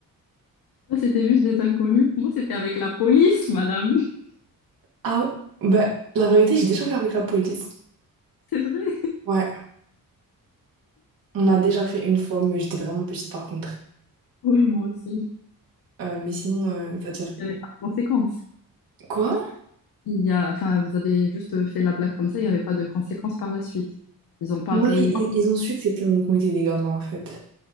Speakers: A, on the left (about 80°); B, on the right (about 70°).
A: Toi, c'était juste des inconnus. Moi, c'était avec la police, madame. <laughs>
B: Ah, bah, la vérité, j'ai déjà fait avec la police.
A: C'est vrai.
B: Ouais, on a déjà fait une fois, mais j'étais vraiment petite par contre.
A: Oui, moi aussi.
B: Euh, mais sinon, euh, c'est-à-dire...
A: Il n'y avait pas de conséquences.
B: Quoi?
A: Il y a, enfin, vous avez juste fait la blague comme ça, il n'y avait pas de conséquences par la suite. Ils n'ont pas
B: Non,
A: appelé.
B: ils, ils- ils ont su que c'était, qu'on était des gamins, en fait.